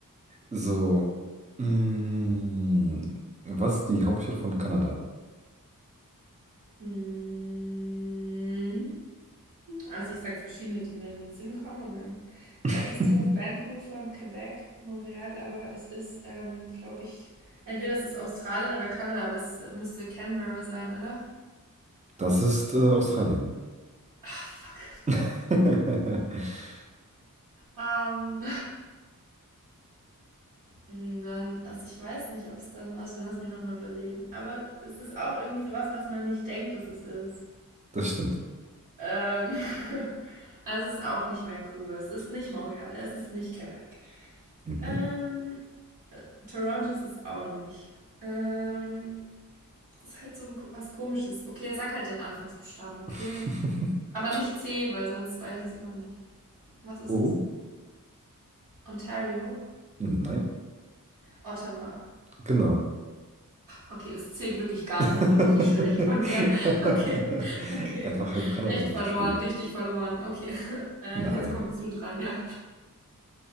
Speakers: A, on the right (about 20°); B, on the right (about 70°).
A: So. mm, was ist die Hauptstadt von Kanada?
B: Mm, Also ich sag verschiedene, die mir in den Sinn kommen und dann
A: <laughs>
B: sage ich es dir. Vancouver, Quebec, Montreal, aber es ist, ähm, glaube ich, entweder es ist Australien oder Kanada, aber es äh, müsste Canberra sein, oder?
A: Das ist äh, Australien.
B: Ah, fuck.
A: <laughs>
B: Ähm, Mm, Dann, also ich weiß nicht, ob es dann, warte, lass mich nochmal überlegen. Aber es ist auch irgendwie sowas, was man nicht denkt, dass es ist.
A: Das stimmt.
B: Ähm, <laughs> also es ist auch nicht Vancouver, es ist nicht Montreal, es ist nicht Quebec.
A: Nein.
B: Ähm, Toronto ist es auch nicht. Ähm, es ist halt so ein, was Komisches. Okay, sag halt den Anfangsbuchstaben, okay?
A: <laughs>
B: Aber nicht C, weil sonst weiß ich es immer nicht. Was ist
A: Oh,
B: es? Ontario?
A: nein.
B: Ottawa.
A: Genau.
B: Okay, das zählt wirklich gar
A: <laughs>
B: nicht. Das war richtig schlecht von mir. <laughs> Okay, okay.
A: Einfach halb Kanada
B: Echt
A: durchgespielt.
B: verloren, richtig verloren. Okay, <laughs> äh,
A: Nein,
B: jetzt kommst du dran, ja.